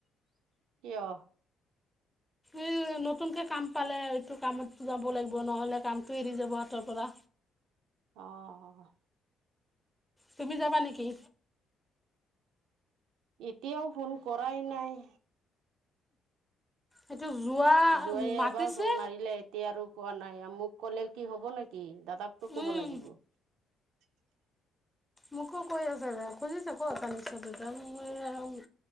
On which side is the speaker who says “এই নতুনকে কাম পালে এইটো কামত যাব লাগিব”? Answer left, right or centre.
Centre